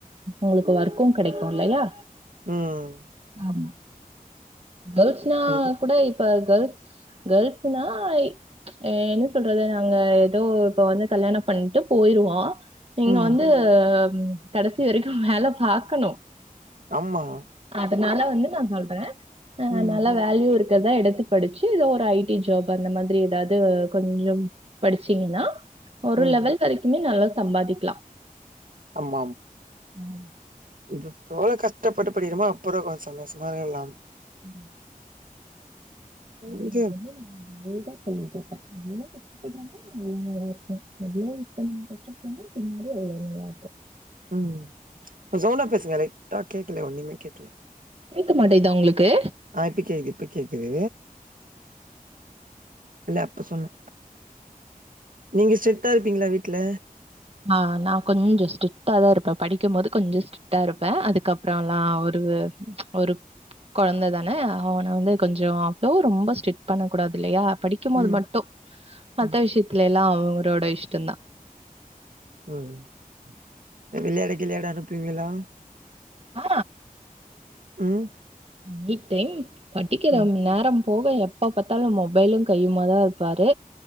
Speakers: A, on the right (about 40°); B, on the right (about 65°).
A: உங்ளுக்கு ஒர்க்கு கெடைக்கு இல்லையா
B: ம்
A: ஆமா கேல்ஸ்னா
B: அதுக்கு
A: இப்ப கூட இப்ப கேல்ஸ் கேல்ஸ்சுனா அ என்ன சொல்றது நாங்க எதோ இப்ப வந்து கல்யாணம் பண்ட்டு போயிருவோ நீங்க
B: ம்
A: வந்து கடசி வரைக்கு வேல பாக்கணு
B: ஆமா
A: அதனால வந்து நா சொல்ற ஆ
B: ம்
A: நல்லா வேல்யூ இருக் கறத எடுத்து படிச்சி எதோ ஒரு ஐடி ஜாப் அந்த மாதிரி ஏதாவது கொஞ்சம் படிச்சீங்ன்னா ஒரு
B: ம்
A: லெவல் வரிக்குமே நல்லா சம்பாதிக்லா
B: ஆமாம்
A: ம்
B: இது இப்போ எவ்ளோ கஷ்டப்பட்டு படிக்குறோமோ அப்புற கொஞ்ச சந்தோஷமா இருக்கலாம்
A: ம்
B: இங்க
A: எனக்கு வந்து நான் கொஞ்சம் லேட்டா படிப்பேன் அவங்களும் கஷட்டபடுறாங்க எவ்ளவு இப்ப கஷ்டபடுறோமோ பின்னாடி அவ்ளோ நல்லாருக்கு
B: ம் கொஞ்ச சவ்ண்டா பேசுங்க லைட்டா கேக்கல ஒன்னுமே கேக்கல
A: கேட்க மாட்டேங்குதா உங்களுக்கு
B: ஆ இப்ப கேக்குது இப்ப கேக்குது இல்ல அப்ப சொன்னே நீங்க ஸ்டரிக்ட்டா இருப்பீங்களா வீட்டில
A: ஆ நா கொஞ்சம் ஸ்ட்ரிக்ட்டா தா இருப்பே படிக்கும்போது கொஞ்ச ஷிட் ட்டா இருப்பே அதுக்கப்றோல்லா ஒரு ஒரு கொழந்த தான அவன வந்து கொஞ்சோ அவ்ளோ ரொம்ப ஸ்டரிக்ட் பண்ண கூடாது இல்லையா படி க்கும்போது
B: ம்
A: மட்டும் மத்த
B: ம்
A: விஷயத்துல எல்லாம் அவரோட இஷ்டோந்தா ‌
B: ம் இந்த விளையாட கிளையாட அனுப்புவிங்களா?
A: ஆ
B: ம்
A: எனி டைம் படிக்கிற
B: ம்
A: நேரம் போக எப்ப ப்ப பாத்தாலும் மொபைலும் கையுமா தா இருப்பாரு